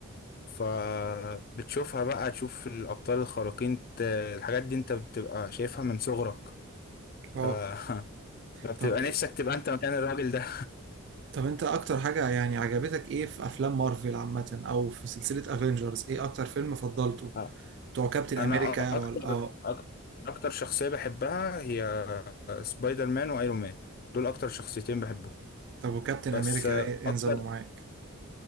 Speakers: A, on the left (about 45°); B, on the right (about 55°).
A: فبتشوفها بقى تشوف الأبطال الخارقين ت... الحاجات دي أنت بتبقى شايفها من صغرك
B: اه
A: ف <laughs> ما بتبقى
B: طب
A: نفسك تبقى انت مكان الراجل ده
B: طب انت اكتر حاجة يعني عجبتك ايه في افلام مارفل عامة او في سلسلة افنجرز ايه اكتر فيلم فضلته؟
A: <laughs> اه
B: بتوع كابتن
A: انا
B: امريكا
A: أ- اكتر
B: ولا اه
A: أك- اكتر شخصية بحبها هي سبايدر مان وايرون مان دول اكتر شخصيتين بحبهم
B: طب وكابتن
A: بس
B: امريكا
A: آه،
B: إيه
A: اكتر
B: انظموا معاك؟